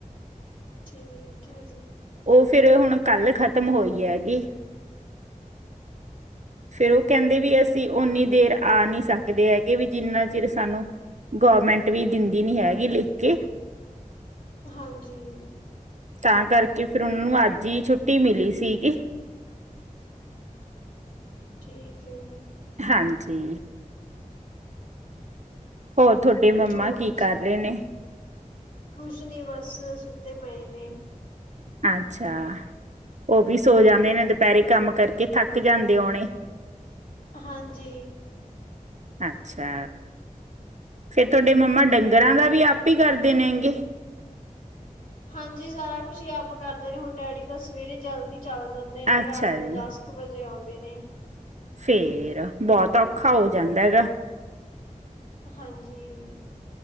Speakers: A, on the left (about 75°); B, on the right (about 55°).
A: ਠੀਕ ਹੈ ਜੀ
B: ਉਹ ਫਿਰ ਹੁਣ ਕੱਲ ਖਤਮ ਹੋਈ ਹੈਗੀ ਫੇਿਰ ਉਹ ਕਹਿੰਦੇ ਵੀ ਅਸੀਂ ਉਓਨੀ ਦੇਰ ਆ ਨਹੀਂ ਸਕਦੇ ਹੈਗੇ, ਵੀ ਜਿੰਨਾ ਚਿਰ ਸਾਨੂੰ ਗਵਰਮੈਂਟ ਵੀ ਦਿੰਦੀ ਨੀ ਹੈਗੀ ਲਿਖ ਕੇ
A: ਹਾਂਜੀ
B: ਤਾਂ ਕਰਕੇ ਫਿਰ ਉਨਾਨੂੰ, ਅੱਜ ਹੀ ਛੁੱਟੀ ਮਿਲੀ ਸੀਗੀ
A: ਠੀਕ ਹੈ ਜੀ
B: ਹਾਂਜੀ ਹੋਰ ਤੁਹਾਡੇ ਮੰਮਾ
A: ਹੋਰ
B: ਕੀ
A: ਦੱਸੋ?
B: ਕਰ ਰਹੇ ਨੇ
A: ਕੁਛ ਨੀ ਬਸ ਸੁੱਤੇ ਪਏ ਨੇ।
B: ਅੱਛਾ। ਓ ਵੀ ਸੋ ਜਾਂਦੇ ਨੇ ਦਪੈਰੇ ਕੰਮ ਕਰਕੇ ਥੱਕ ਜਾਂਦੇ ਹੋਣੇ।
A: ਹਾਂਜੀ।
B: ਅੱਛਾ। ਫਿਰ ਤੁਆਡੇ ਮੰਮਾ ਡੰਗਰਾਂ ਦਾ ਵੀ ਆਪੇ ਹੀ ਕਰਦੇ ਨੇ ਹੈਂਗੇ।
A: ਹਾਂਜੀ ਸਾਰਾ ਕੁਛ ਈ ਆਪ ਕਰਦੇ ਰਹੇ, ਹੁਣ ਡੈਡੀ ਤਾਂ ਸਵੇਰੇ ਜਲਦੀ ਚੱਲ ਜਾਂਦੇ ਨੇ
B: ਅੱਛਾ
A: ਰਾਤ ਨੂੰ
B: ਜੀ
A: ਦੱਸ ਵਜੇ ਆਉਂਦੇ ਨੇ਼।
B: ਫੇਰ ਬੋਤ ਔਖਾ ਹੋ ਜਾਂਦਾ ਹੈਗਾ।
A: ਹਾਂਜੀ।